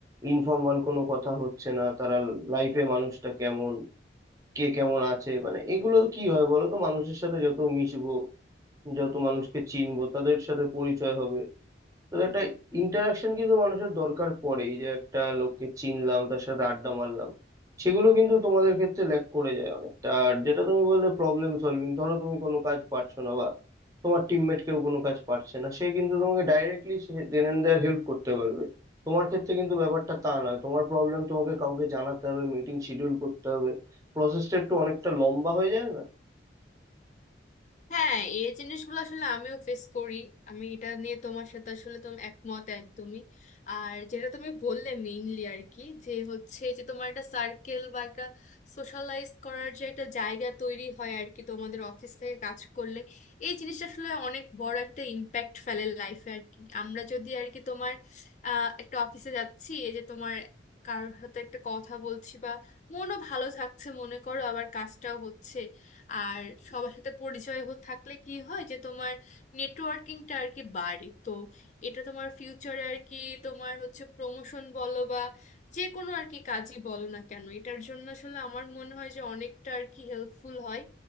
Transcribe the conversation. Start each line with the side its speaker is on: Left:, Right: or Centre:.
Right: ইনফর্মাল কোনো কথা হচ্ছে না তারা লাইফে মানুষটা কেমন কে কেমন আছে মানে এগুলো তো কি হয় বলো তো মানুষের সাথে যত মিশবো যত মানুষকে চিনবো তাদের সাথে পরিচয় হবে তো একটা ইন্টারাকশন কিন্তু মানুষের দরকার পড়ে এই যে একটা লোককে চিনলাম তার সাথে আড্ডা মারলাম সেগুলো কিন্তু তোমাদের ক্ষেত্রে ল্যাক করে যায় অনেকটা আর যেটা তুমি বললে প্রবলেম সলভিং ধরো তুমি কোনো কাজ পারছো না বা তোমার টিমমেট কেউ কোনো কাজ পারছে না সে কিন্তু তোমাকে directly then and there help করতে পারবে তোমার ক্ষেত্রে কিন্তু ব্যাপারটা তা নয় তোমার প্রবলেম তোমাকে কাউকে জানাতে হবে মিটিং শিডিউল করতে হবে প্রসেসটা একটু অনেকটা লম্বা হয়ে যায় না
Left: হ্যাঁ এই জিনিসগুলো আসলে আমিও ফেস করি আমি এটা নিয়ে তোমার সাথে আসলে তুমি একমত একদমই আর যেটা তুমি বললে মেইনলি আর কি যে হচ্ছে যে তোমার একটা সার্কেল বা একটা সোশ্যালাইজ করার যে একটা জায়গা তৈরি হয় আর কি তোমাদের অফিস থেকে কাজ করলে এই জিনিসটা আসলে অনেক বড় একটা ইম্প্যাক্ট ফেলে লাইফে আর কি আমরা যদি আর কি তোমার আহ একটা অফিসে যাচ্ছি এই যে তোমার কারোর সাথে একটা কথা বলছি বা মনও ভালো থাকছে মনে করো আবার কাজটাও হচ্ছে আর সবার সাথে পরিচয় হো- থাকলে কি হয় যে তোমার নেটওয়ার্কিংটা আর কি বাড়ে তো এটা তোমার ফিউচারে আর কি তোমার হচ্ছে প্রমোশন বলো বা যে কোনো আর কি কাজই বলো না কেন এটার জন্য আসলে আমার মনে হয় যে অনেকটা আর কি হেল্পফুল হয়